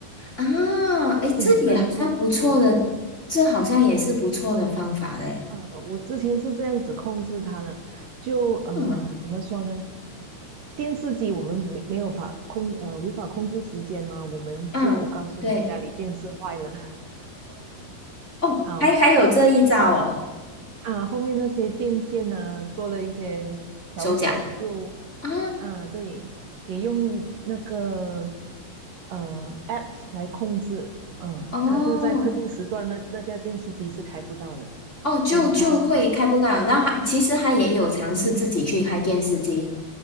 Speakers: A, on the left; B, on the right.
A: 啊，
B: 就是有任务啊，
A: 诶，这也好像不错的，这好像也是不错的方法嘞，
B: 呃，我之前是这样子控制他的，就呃，
A: 嗯
B: 怎么说呢？电视机我们没没有法控，呃，无法控制时间嘛，我们就告诉他家里电视坏了
A: 嗯，对，
B: <laughs>
A: 哦，
B: 啊，
A: 还还有这一招哦，
B: 啊，后面那些电线呢，做了一些调整就，
A: 手脚啊，
B: 啊，对，也用那个呃 apps 来控制，呃，
A: 哦
B: 它就在特定时段那那架电视机是开不到的，
A: 哦，就就会开不到，
B: 所以它
A: 然后他其实他也有尝试自己去开电视机。
B: 嗯